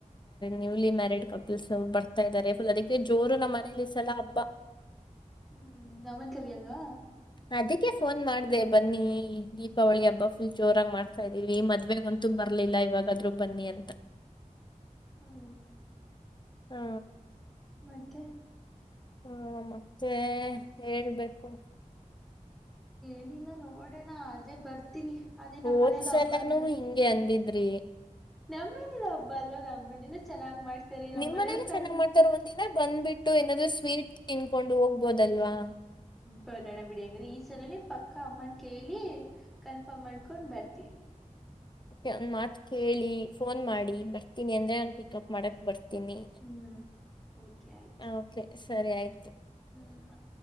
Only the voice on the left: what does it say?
ನ್ಯೂಲಿ ಮ್ಯಾರಿೀಡ್ ಕಪಲ್ಸ್ ಬರ್ತಾ ಇದಾರೆ ಫುಲ್ ಅದಕ್ಕೆ ಜೋರು ನಮ್ಮ ಮನೇಲಿ ಈ ಸಲಾ ಹಬ್ಬ
ಅದಕ್ಕೆ ಫೋನ್ ಮಾಢ್ದೆ ಬನ್ನಿ ದೀಪಾವಳಿ ಹಬ್ಬ ಫುಲ್ ಜೋರಾಗಿ ಮಾಡ್ತಾ ಇದೀವಿ ಮದ್ವೆಗೆ ಅಂತೂ ಬರ್ಲಿಲ್ಲ ಇವಾಗಾದ್ರೂ ಬನ್ನಿ ಅಂತ
ಹಾ
ಹ್ಮ ಮತ್ತೆ ಹೇಳ್ಬೇಕು
ಹೋದ್ಸಲನೂ
ಹಿಂಗೆ ಅಂದಿದ್ರಿ.
ನಿಮ್ಮನೇಲಿ
ಚೆನ್ನಾಗ್ ಮಾಡ್ತಾರೆ ಒಂದಿನ ಬಂದ್ಬಿಟ್ಟು ಏನಾದ್ರು ಸ್ವೀಟ್ ತಿನ್ಕೊಂಡು ಹೋಗ್ಬೋದಲ್ವಾ
<unintelligible> ಕೇಳಿ ಫೋನ್ ಮಾಡಿ ನೀನ್ ಬರ್ತೀನಿ ಅಂದ್ರೆ ನಾನ್ ಪಿಕಪ್ ಮಾಡಕ್ ಬರ್ತೀನಿ.
ಓ ಕೆ ಸರಿ ಆಯ್